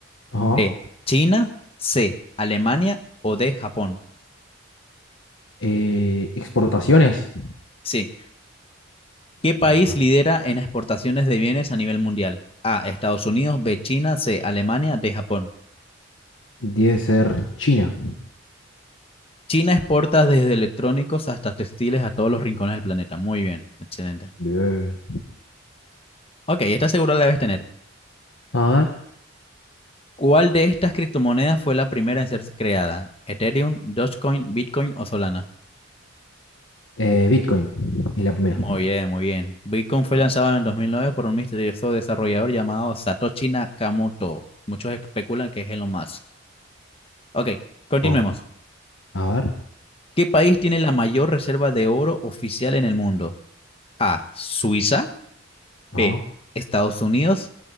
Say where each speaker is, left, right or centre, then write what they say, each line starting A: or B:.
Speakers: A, on the left (about 70°); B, on the left (about 30°).
A: Ajá.
B: B, China, C, Alemania o D, Japón.
A: Eh, exportaciones.
B: Sí. ¿Qué país
A: Ah,
B: lidera en exportaciones de bienes a nivel mundial? A, Estados Unidos, B, China, C, Alemania, D, Japón.
A: Debe ser China.
B: China exporta desde electrónicos hasta textiles a todos los rincones del planeta. Muy bien, excelente.
A: Bien.
B: Ok, esta segura la debes tener.
A: A ver.
B: ¿Cuál de estas criptomonedas fue la primera en ser creada? ¿Ethereum, Dogecoin, Bitcoin o Solana?
A: Eh, Bitcoin. Es la primera.
B: Muy bien, muy bien. Bitcoin fue lanzado en el 2009 por un misterioso desarrollador llamado Satoshi Nakamoto. Muchos especulan que es Elon Musk. Ok, continuemos.
A: Oh, A ver.
B: ¿Qué país tiene la mayor reserva de oro oficial en el mundo? A. Suiza. B.
A: Ajá.
B: Estados Unidos.